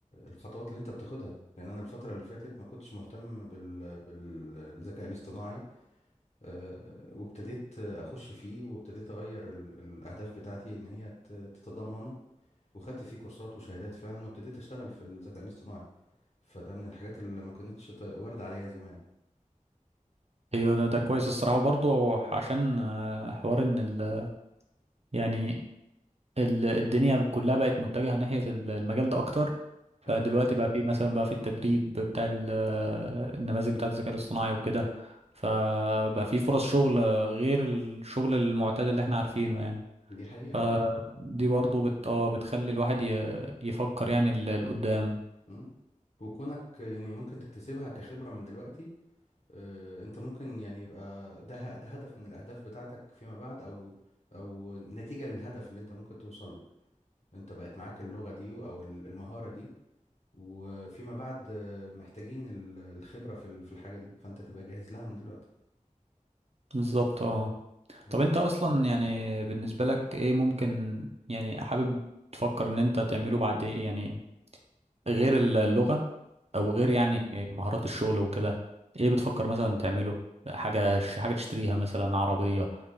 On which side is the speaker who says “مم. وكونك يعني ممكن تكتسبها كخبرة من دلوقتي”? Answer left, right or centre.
Left